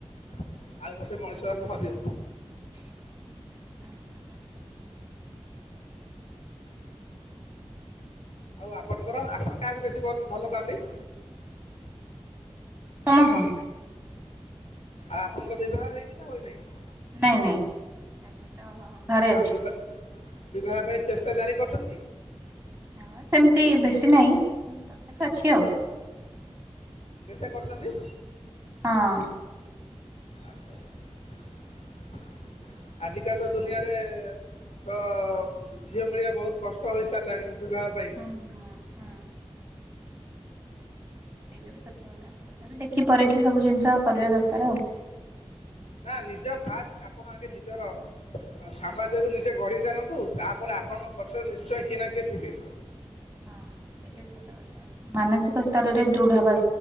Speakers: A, on the left; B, on the right.
A: ଆଉ ବର୍ଷେ ମଣିଷ ଜନ୍ମ ଦିଅନ୍ତୁ।
B: <inaudible>
A: ଆଉ ଆପଣଙ୍କର ଆପଣ କାହାକୁ ବେଶୀ ବହୁତ ଭଲ ପାଆନ୍ତି?
B: ସମ <unintelligible>
A: ଆଉ ଆପଣଙ୍କ ବିବାହ ହେଇଛି ନା ହୋଇନାହିଁ?
B: ନାଇଁ ନାଇଁ ତ ଘରେ
A: ଆଉ
B: ଅଛି।
A: ବିବା ବିବାହ ପାଇଁ ଚେଷ୍ଟା ଜାରି କରୁଛନ୍ତି?
B: ହଁ ସେମିତି ବେଶୀ ନାହିଁ ତଥାପି ଅଛି ଆଉ।
A: ଚେଷ୍ଟା କରୁଛନ୍ତି।
B: ହଁ।
A: ଆଚ୍ଛା ଆଚ୍ଛା। ଆଜିକାଲି ତ ଦୁନିଆରେ ତ ଝିଅ ମିଳିବା ବହୁତ କଷ୍ଟ ହୋଇସାରିଲାଣି ବିବାହ ପାଇଁ।
B: ହୁଁ ହୁଁ ହୁଁ ସେଇଟା ବି ସତ କଥା ତଥାପି ଦେଖି ପରଖି ସବୁ ଜିନିଷ କରିବା ଦରକାର ଆଉ।
A: ନା ନିଜ ଫାଷ୍ଟ ଆପଣ ଆଗେ ନିଜର ସାମାଜକୁ ନିଜେ ଗଢି ଚାଲନ୍ତୁ ତାପରେ ଆପଣଙ୍କ ପଛରେ ନିଶ୍ଚୟ କିଏ ନା କିଏ ଥିବେ।
B: ହଁ ସେଇଟା ବି ସତ କଥା ମାନସିକ ସ୍ତରରେ ଦୃଢ ହବା